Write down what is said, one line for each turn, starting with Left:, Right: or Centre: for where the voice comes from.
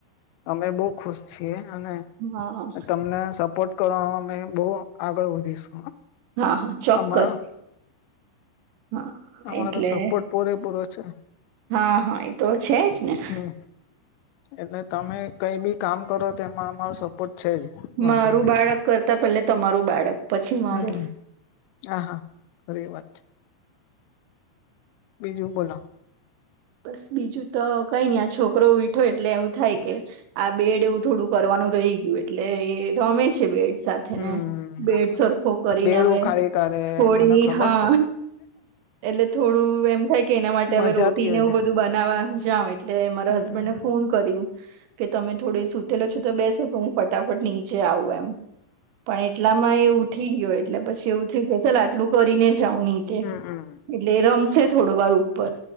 Left: અમે બહુ ખુશ છીએ અને
Right: હા
Left: તમને સપોર્ટ કરવામાં અમે બહુ આગળ વધીશું.
Right: હા હા ચોક્કસ.
Left: અમારો
Right: હા
Left: અમારો
Right: એટલે
Left: સપોર્ટ પૂરેપૂરો છે
Right: હા હા એ તો છે જ. ને
Left: હમ એટલે તમે કઈ બી કામ કરો તેમા અમારો સપોર્ટ છે જ. વાંધો
Right: મારું
Left: નહી
Right: બાળક કરતા પેલે તમારું બાળક પછી મારું
Left: હમ હ હા ઘરી એ વાત છે. બીજું બોલો.
Right: બસ બીજું તો કઈ નઈ આ છોકરો ઉઇઠો એટલે એવું થાય કે. આ બેડ એવું થોડું કરવાનું રહી ગયું એટલે એ રમે છે બેડ. સાથેને
Left: હમ
Right: બેડ સરખો કરીને
Left: બેડ
Right: હવે
Left: ઉખાડી કાઢે
Right: થોડી
Left: મને ખબર
Right: હા.
Left: છે
Right: એટલે થોડું એમ થાય કે એના માટે
Left: મજા
Right: હવે રોટ. પી
Left: કયો
Right: ને એવું
Left: છે
Right: બધું બનાવવા જઉ એટલે મારા
Left: હમમ
Right: હસબન્ડને ફોન ફોન કરીયુ કે તમે થોડે સુતેલો છો તો બેસો તો હું ફટાફટ નીચે આવું એમ. પણ એટલામાં એ ઉઠી ગયો એટલે પછી એવું થીયુ કે ચલ આટલું કરીને જાઉ ની.
Left: હમમ
Right: એટલે રમશે થોડો વાર ઉપર.